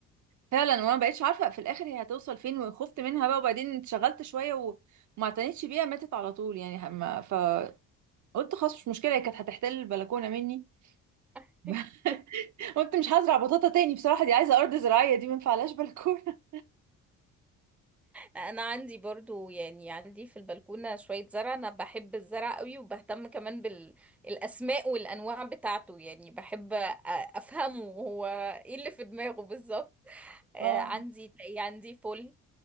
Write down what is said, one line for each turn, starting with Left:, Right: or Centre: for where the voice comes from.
Right: فعلا وانا بقيتش عارفه في الاخر هي هتوصل فين وخفت منها بقى وبعدين اتشغلت شويه وما اعتنتش بيها ماتت على طول يعني ما فقلت خلاص مش مشكله هي كانت هتحتل البلكونه مني
Centre: <laughs>
Right: <laughs> قلت مش هزرع بطاطا تاني بصراحه دي عايزه ارض زراعيه دي ما ينفعلهاش بلكونه
Centre: انا عندي برضو يعني عندي في البلكونة شوية زرع انا بحب الزرع قوي وبهتم كمان بالاسماء والانواع بتاعته يعني بحب أ- افهمه هو ايه اللي في دماغه بالظبط
Right: <laughs>
Centre: آه،
Right: اه
Centre: عندي تلاقي عندي فل